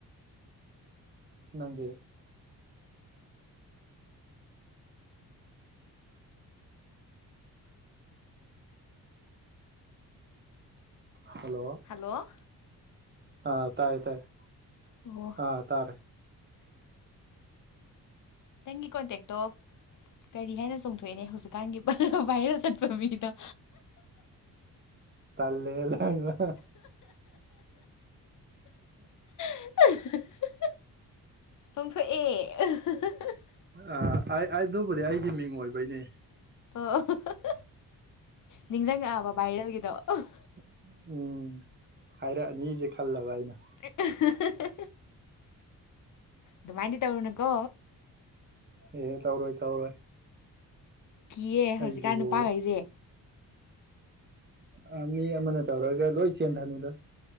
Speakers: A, on the right; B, on the left.
A: ꯅꯪꯗꯤ ꯍꯜꯂꯣ
B: ꯍꯦꯜꯂꯣ
A: ꯑꯥ ꯇꯥꯏꯌꯦ ꯇꯥꯏꯌꯦ
B: ꯑꯣ
A: ꯑꯥ ꯇꯥꯔꯦ
B: ꯅꯪꯒꯤ ꯀꯣꯟꯇꯦꯛꯇꯣꯞ ꯀꯔꯤ ꯍꯥꯏꯅ ꯆꯣꯡꯊꯣꯛꯑꯦꯅꯦ ꯍꯧꯖꯤꯛꯀꯥꯟꯒꯤ ꯚꯥꯏꯔꯦꯜ ꯆꯠꯄ ꯃꯤꯗꯣ
A: ꯇꯂ ꯂꯕ
B: <inaudible> ꯆꯣꯡꯊꯣꯛꯑꯦ <unintelligible>
A: ꯑꯥ ꯑꯥꯏ ꯑꯥꯏ ꯗꯨꯕꯨꯗꯤ ꯑꯩꯒꯤ ꯃꯤꯡ ꯑꯣꯏꯕꯩꯅꯦ
B: ꯑꯣ ꯑꯣ <unintelligible> ꯅꯤꯡꯖꯪꯉꯛꯑꯕ ꯚꯥꯏꯔꯦꯜꯒꯤꯗꯣ <unintelligible>
A: <unintelligible> ꯎꯝ ꯍꯥꯏꯔꯛꯑꯅꯤꯖꯦ ꯈꯜꯂꯕ ꯑꯩꯅ
B: <unintelligible> ꯗꯨꯃꯥꯏꯅꯗꯤ ꯇꯧꯔꯨꯅꯨꯀꯣ
A: ꯑꯦ ꯑꯦ ꯇꯧꯔꯣꯏ ꯇꯧꯔꯣꯏ
B: ꯀꯤꯌꯦ
A: ꯑꯩꯁꯤꯕꯨ
B: ꯍꯧꯖꯤꯛꯀꯥꯟ ꯅꯨꯄꯥꯒꯩꯁꯦ
A: ꯑꯥ ꯃꯤ ꯑꯃꯅ ꯇꯧꯔꯒ ꯂꯣꯏ ꯆꯦꯟꯊꯥꯅꯨꯗ